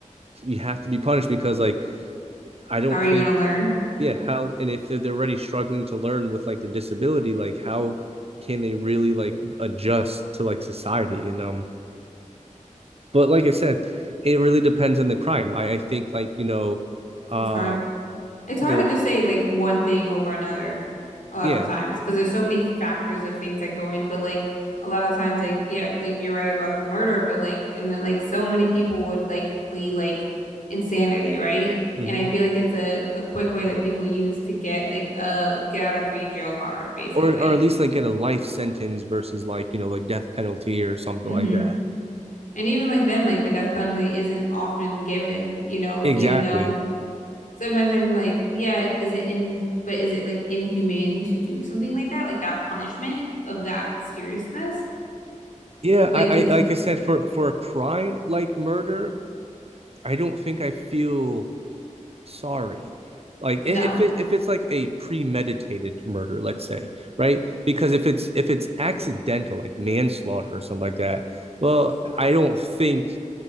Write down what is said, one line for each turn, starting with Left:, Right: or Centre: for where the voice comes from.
Right: you have to be punished because like I
Left: How
Right: don't
Left: are you
Right: think
Left: going to learn?
Right: yeah how and if they're, they're already struggling to learn with like the disability like how can they really like adjust to like society and um but like i said it really depends on the crime i, I think like you know um
Left: It's hard. It's hard
Right: you know
Left: to just say like one thing over another a lot
Right: yeah
Left: of times because there's so many factors of things that go in. But like a lot of times, like yeah, like you're right about the murder, but like and then, like so many people would like plea like insanity, right?
Right: hmm
Left: And I feel like it's a a quick way that people use to get like a get out of free jail card, basically.
Right: or or at least like get a life sentence versus like you know like death penalty or something
Left: hmm
Right: like that
Left: And even like then, like the death penalty isn't often given, you know,
Right: exactly
Left: even though. Sometimes I'm like, yeah, is it in, but is it like inhumane to do something like that? Like that punishment of that seriousness?
Right: yeah
Left: Like,
Right: i,
Left: it's
Right: I like i said for for a crime like murder i don't think i feel sorry. Like
Left: no,
Right: if it if it's like a premeditated murder, let's say, right? Because if it's if it's accidental, like manslaughter or something like that, well, I don't think